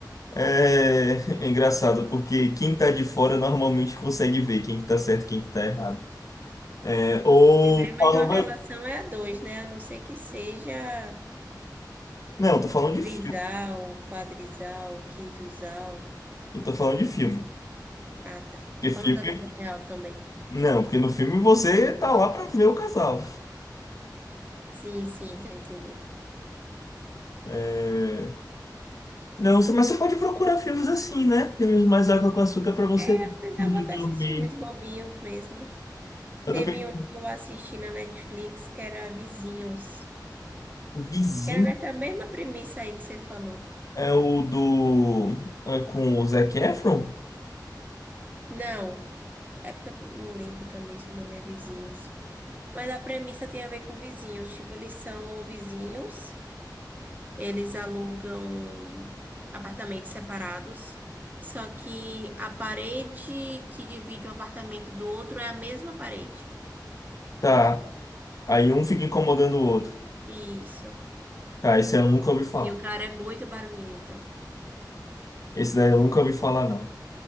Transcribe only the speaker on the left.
É, <laughs> é engraçado, porque quem tá de fora normalmente consegue ver quem que tá certo e quem que tá errado. É, ou
qual
não
vai.
Não, eu tô falando de
filme.
Eu tô falando de filme.
Porque
filme.
Não, porque no filme você tá lá pra ver o casal.
É, Não, você- mas você pode procurar filmes assim, né? Filmes mais água com açúcar pra você
ver
antes
de dormir.
Eu
tô pensando,
Vizinho
é o do. É com o Zac Efron?
Tá. Aí um fica incomodando o outro.
Tá, esse eu nunca ouvi falar.
Esse daí eu nunca ouvi falar, não.